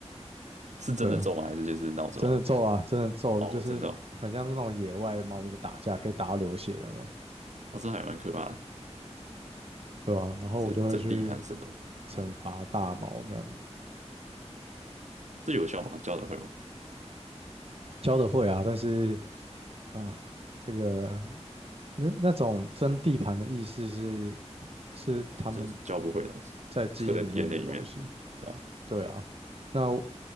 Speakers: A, on the right; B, on the right.
A: <laughs> 是真的揍吗？
B: 对啊，
A: 还是就是闹着玩？
B: 真的揍啊，真的揍的，
A: 哦，
B: 就是很像是那种野外猫咪在打架，
A: 真的哦，
B: 可以打到流血的那种，
A: 哦这还蛮可怕的，
B: 对啊，然后我就会去
A: 这整地盘什么的，
B: 惩罚大猫这样，
A: 这有效吗？教得会吗？
B: 教的会啊，但是啊，这个。那那种争地盘的意思是是他们
A: 这教不会的，
B: 在基因里面的东西，
A: 刻在 DNA 里面，对啊，
B: 对啊。那我